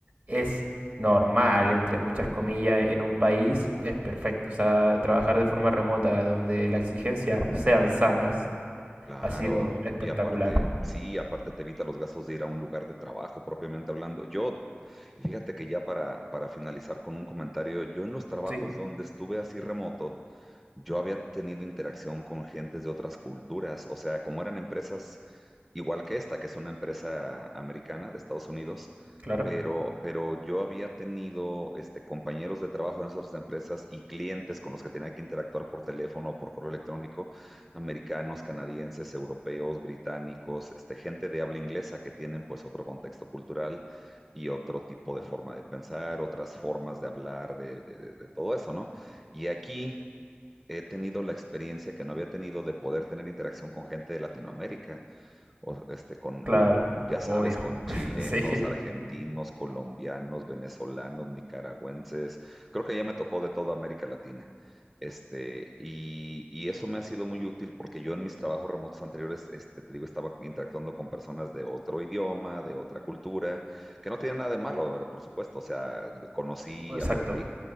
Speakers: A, on the right; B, in the centre.
A: es normal, entre muchas comillas, en un país, es perfecto, o sea, trabajar de forma remota donde las exigencias sean sanas
B: Claro,
A: ha sido espectacular.
B: y aparte, sí, aparte te evita los gastos de ir a un lugar de trabajo, propiamente hablando. Yo, y fíjate que ya para, para finalizar con un comentario, yo en los trabajos
A: Sí,
B: donde estuve así remoto, yo había tenido interacción con gentes de otras culturas, o sea, como eran empresas igual que esta, que es una empresa americana de Estados Unidos,
A: claro.
B: pero, pero yo había tenido este, compañeros de trabajo en esas otras empresas y clientes con los que tenía que interactuar por teléfono, por correo electrónico, americanos, canadienses, europeos, británicos, este, gente de habla inglesa que tienen pues otro contexto cultural y otro tipo de forma de pensar, otras formas de hablar, de, de, de, de todo eso, ¿no? Y aquí he tenido la experiencia que no había tenido de poder tener interacción con gente de Latinoamérica, o este, con,
A: Claro,
B: con, ya sabes,
A: obvio.
B: con
A: <laughs>
B: chilenos,
A: Sí,
B: argentinos, colombianos, venezolanos, nicaragüenses. Creo que ya me tocó de toda América Latina. Este, y, y eso me ha sido muy útil porque yo en mis trabajos remotos anteriores, este, te digo, estaba interactuando con personas de otro idioma, de otra cultura, que no tiene nada de malo, a por supuesto, o sea, conocí,
A: o- exacto.
B: aprendí,